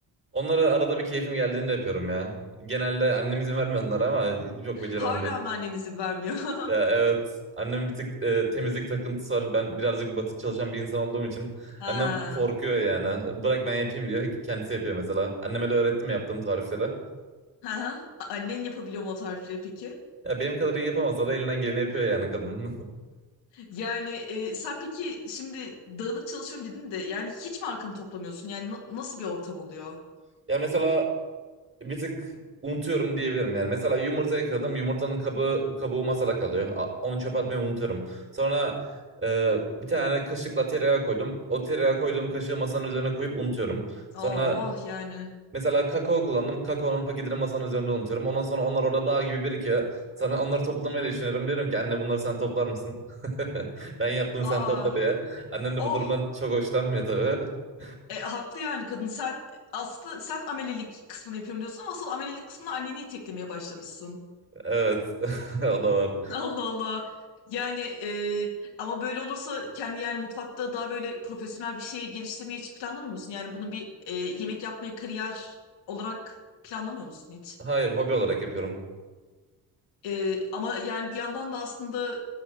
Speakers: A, on the right; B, on the left.
A: Onları arada bir keyfim geldiğinde yapıyorum ya. Genelde annem izin vermiyor onlara ama çok beceremem
B: Hala
A: diye.
B: mı annen izin vermiyor? <laughs>
A: Ya evet annem bir tık e, temizlik takıntısı var. Ben birazcık batık çalışan bir insan olduğum için
B: Ha.
A: annem korkuyor yani. Bırak ben yapayım diyor. Kendisi yapıyor mesela. Anneme de öğrettim yaptığım tarifleri.
B: Ha, annen yapabiliyor mu o tarifleri peki?
A: Ya benim kadar iyi yapamasa da elinden geleni yapıyor yani kadın.
B: Yani e, sen peki şimdi dağınık çalışıyorum dedin de yani hiç mi arkanı toplamıyorsun? Yani na- nasıl bir ortam oluyor?
A: <laughs> Ya mesela bir tık unutuyorum diyebilirim yani. Mesela yumurta kırdım. Yumurtanın kabı, kabuğu masada kalıyor. A- Onu çöpe atmayı unutuyorum. Sonra e, bir tane kaşıkla tereyağı koydum. O tereyağı koyduğum kaşığı masanın üzerine koyup unutuyorum. Sonra
B: Oh oh, yani.
A: mesela kakao kullandım. Kakaonun paketini masanın üzerinde unutuyorum. Ondan sonra onlar orada dağ gibi birikiyor. Sana onları toplamayı düşünüyorum. Diyorum ki anne bunları sen toplar mısın? <laughs> Ben yaptım sen
B: Aa,
A: topla diye. Annem de bu
B: oh
A: durumdan çok hoşlanmıyor tabii. <laughs>
B: E, haklı yani kadın. Sen aslında sen amelelik kısmını yapıyorum diyorsun ama asıl amelelik kısmında anneni iteklemeye başlamışsın.
A: Evet. <laughs> O da var.
B: <laughs> Allah Allah. Yani e, ama böyle olursa kendi yani mutfakta daha böyle profesyonel bir şeye geliştirmeyi hiç planlamıyor musun? Yani bunu bir e, yemek yapmayı kariyer olarak planlamıyor musun hiç?
A: Hayır hobi olarak yapıyorum.
B: E, ama yani bir yandan da aslında